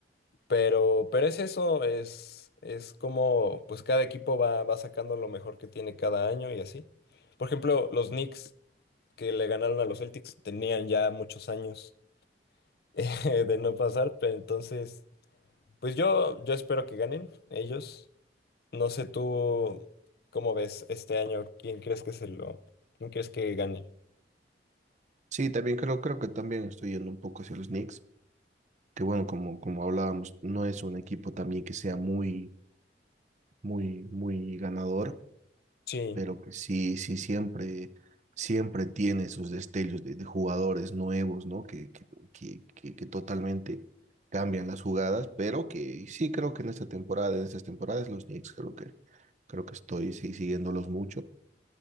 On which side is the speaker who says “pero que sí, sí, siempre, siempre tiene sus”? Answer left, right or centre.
Right